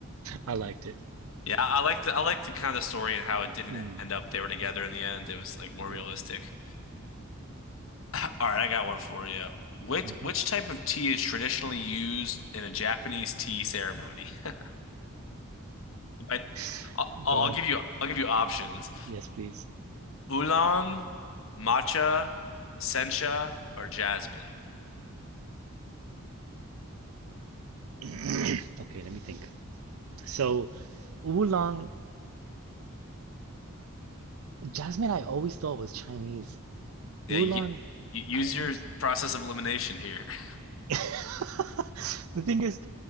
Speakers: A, on the right; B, on the left.
A: I liked it.
B: Yeah, I like the I like the kind of story and how it didn't
A: Mm,
B: end up they were together in the end. It was like more
A: yeah.
B: realistic. <laughs> All right, I got one for you. Which
A: hmm
B: which type of tea is traditionally used in a Japanese tea ceremony? <laughs> But
A: <laughs>
B: I'll, I'll
A: Go on.
B: give you I'll give you options:
A: Yes, please.
B: oolong, matcha, sencha, or jasmine.
A: <clears throat> Okay, let me think. So, oolong, jasmine, I always thought was Chinese.
B: Yeah,
A: Oolong,
B: you, you
A: I
B: use
A: also.
B: your process of elimination here. <laughs>
A: <laughs> The thing is,